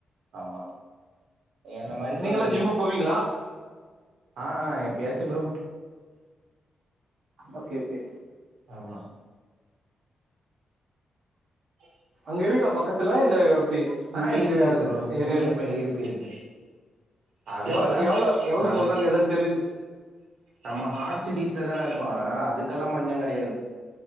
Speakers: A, on the right; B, on the right.
A: ஆமா என்ன மாரி
B: நீங்க
A: சொல்றீங்க
B: எல்லாம் ஜிம்மு போவீங்களா
A: ஆ ஆ எப்பயாச்சி ப்ரோ
B: ஓகே ஓகே
A: ஆமா <inaudible>
B: அங்க இருக்கா பக்கத்துல இல்ல எப்படி நீங்க
A: ஆ
B: இருக்க
A: இருக்கு இருக்கு ப்ரோ
B: ஏரியால
A: நியர்பைல இருக்கு இருக்கு அதுக்கல்ல
B: எவ்- எவ்வளவு எவ்வளவு
A: நம்ம
B: சொல்றாங்க எதாவது தெரிஞ்சு
A: நம்ம ஹாட் சிட்டிஸ்ல தான இருக்கோம் அதனால அதுக்கெல்லாம் பஞ்சம் கிடையாது